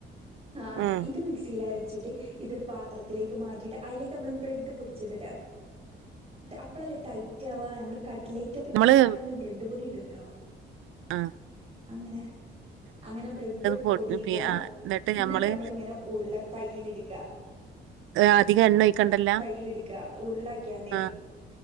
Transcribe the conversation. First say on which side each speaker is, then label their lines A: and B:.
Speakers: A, on the right; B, on the right.
A: ആ
B: ഉം
A: ഇത് മിക്സിയിൽ ആര ചിട്ട് ഇത് ഒരു പത്രത്തിലേക്ക് മാറ്റിയിട്ട് അതിലേക്ക് ബ്രെഡ്‌ പോ ടിച്ചത് ഇടാ. അപ്പോ അല്ലെ ടൈറ്റ് ആവ കടലൈറ്റ്
B: നമ്മള്
A: ടൈറ്റ് ആക്കാൻ വേണ്ടി ബ്രെഡ് പൊടി ഇടോല്ലോ
B: ആ ഹ്
A: അങ്ങനെ - അങ്ങനെ ബ്രെഡ്
B: പൊ
A: പൊടിയിടുക
B: പി ആഹ്
A: എന്നിട്ട്
B: ഞമ്മള്
A: നമ്മൾ ഇങ്ങനെ ഉരുള കയ്യിലെടുക്കുക
B: ഏഹ് അധികം എണ്ണ ഒഴിക്കണ്ടല്ല
A: കയ്യിലെടുക്കുക ഉരുള വെക്കാൻ
B: ആഹ്